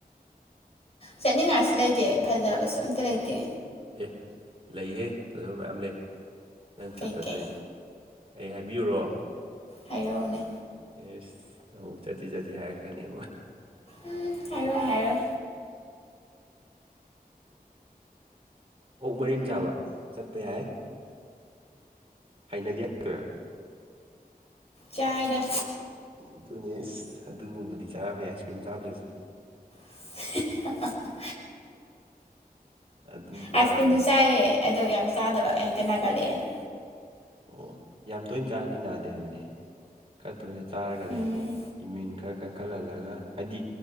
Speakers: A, on the left (about 40°); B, on the right (about 35°).
A: ꯆꯠꯅꯤꯡꯉꯥꯏꯁꯨ ꯂꯩꯇꯦ ꯐꯖꯕꯁꯨ ꯑꯝꯇ ꯂꯩꯇꯦ
B: ꯑꯦ ꯂꯩꯍꯦ ꯐꯖꯕ ꯃꯌꯥꯝ ꯂꯩ ꯅꯪ
A: ꯀꯩꯀꯩ
B: ꯆꯠꯇ ꯇꯩꯏꯅꯦ ꯑꯩ ꯍꯥꯏꯕꯤꯌꯨꯔꯣ
A: ꯍꯥꯏꯔꯛꯑꯣꯅꯦ
B: ꯑꯦꯁ ꯑꯃꯨꯛ ꯆꯠꯁꯤ ꯆꯠꯁꯤ ꯍꯥꯏꯔꯛꯀꯅꯤ
A: ꯎꯝ ꯍꯥꯏꯔꯣꯏ ꯍꯥꯏꯔꯣꯏ
B: ꯑꯣꯛ ꯃꯔꯤꯟ ꯆꯥꯕ ꯆꯠꯄ ꯌꯥꯏ ꯍꯩꯅꯗꯦ ꯍꯥꯏꯔꯛ ꯇꯣꯏꯔ
A: ꯆꯥꯏ ꯗ
B: ꯑꯗꯨꯅꯦ ꯏꯁ ꯑꯗꯨꯒꯨꯝꯕꯗꯤ ꯆꯥꯔꯝꯃꯦ ꯑꯥꯏꯁ ꯀ꯭ꯔꯤꯝ ꯆꯥꯗ꯭ꯔꯁꯨ
A: <unintelligible>
B: ꯑꯗꯨꯒ
A: ꯑꯥꯏꯁ ꯀ꯭ꯔꯤꯝꯁꯨ ꯆꯥꯏꯌꯦ ꯑꯗꯣ ꯌꯥꯝ ꯆꯥꯗꯕ ꯍꯦꯛꯇ ꯅꯥꯒꯜꯂꯦꯅ
B: ꯑꯣ ꯌꯥꯝ ꯇꯣꯏꯅ ꯆꯥꯔꯗꯤ ꯅꯥꯗꯦ ꯍꯥꯏꯕꯅꯤ ꯈꯔ ꯇꯣꯏꯅ ꯆꯥꯔꯒꯅꯦ
A: ꯎꯝ
B: ꯏꯃꯨ꯭ꯋꯤꯟ ꯈꯔ ꯀꯟꯈꯠꯍꯜꯂꯒ ꯍꯥꯏꯗꯤ